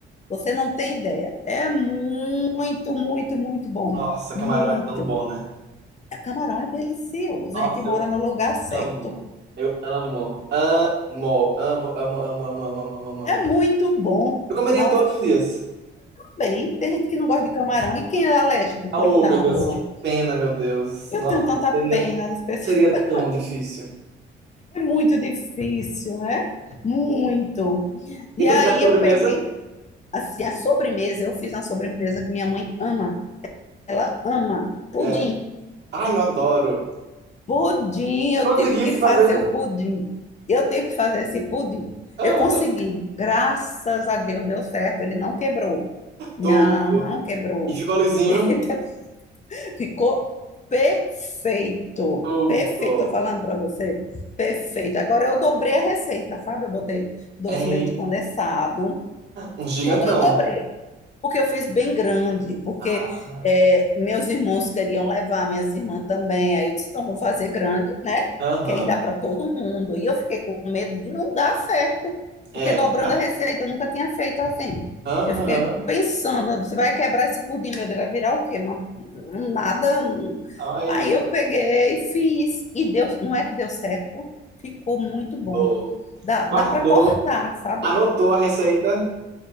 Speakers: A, on the left; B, on the right.
A: você não tem ideia. É muito, muito, muito bom.
B: Nossa, camarão
A: Muito.
B: é tão bom, né?
A: É Camarão é delicioso,
B: Nossa,
A: a gente mora
B: eu
A: no lugar certo.
B: Amo. Eu amo. Amo, amo, amo, amo, amo, amo, amo, amo, amo.
A: É muito bom.
B: Eu comeria
A: Nossa,
B: todos
A: que
B: os dias.
A: bem. Tem gente que não gosta de camarão. E quem é alérgico,
B: Oh,
A: coitado?
B: meu Deus, que pena, meu Deus.
A: Eu
B: Nossa,
A: tenho tanta
B: seria,
A: pena das pessoas.
B: seria
A: <laughs>
B: tão difícil.
A: É muito difícil, né? Muito. E
B: E tu
A: aí
B: fizesse sobremesa?
A: eu peguei, assim, a sobremesa. Eu fiz uma sobremesa que minha mãe ama. Ela ama pudim.
B: É. Ai, eu adoro.
A: Pudim, eu
B: Conseguisse
A: tive que
B: fazer.
A: fazer o pudim. Eu tive que fazer esse pudim.
B: Ah,
A: Eu consegui. Graças a Deus deu certo. Ele não quebrou. Não,
B: Tô...
A: não quebrou.
B: E ficou lisinho.
A: <laughs> Entendeu? Ficou perfeito.
B: todo
A: Perfeito, tô falando para você. Perfeito. Agora eu dobrei a receita, sabe? Eu botei dois
B: É.
A: leite condensado,
B: Um gigantão.
A: tudo eu dobrei porque eu fiz bem grande, porque
B: Ah,
A: é, meus irmãos queriam levar, minhas irmãs também. Aí eu disse, então vou fazer grande, né?
B: Aham.
A: Que aí dá para todo mundo. E eu fiquei com medo de não dar certo,
B: É
A: porque dobrando
B: verdade.
A: a receita eu nunca tinha feito assim.
B: Aham.
A: Eu fiquei pensando, você vai quebrar esse pudim, meu Deus, vai virar o quê? Uma, um nada. um-
B: Ai,
A: Aí eu peguei, fiz, e deu, não é que deu certo, ficou muito bom.
B: tudo.
A: Dá, dá
B: Guardou,
A: para cortar, sabe?
B: anotou a receita.